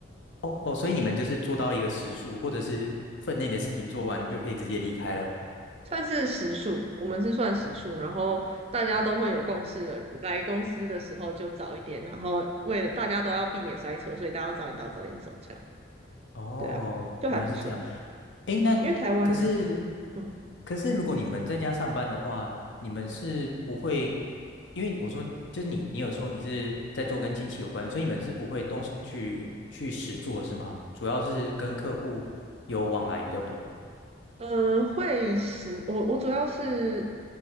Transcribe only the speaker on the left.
哦哦，所以你们就是做到一个时数，或者是分内的事情做完就可以直接离开了。
哦，
原来是这样。诶，那可是
可是如果你们在家上班的话，你们是不会，因为我说就是你你有说你是在做跟亲戚有关的所以你们是不会动手去去实做是吗？主要是跟客户有往来比较多。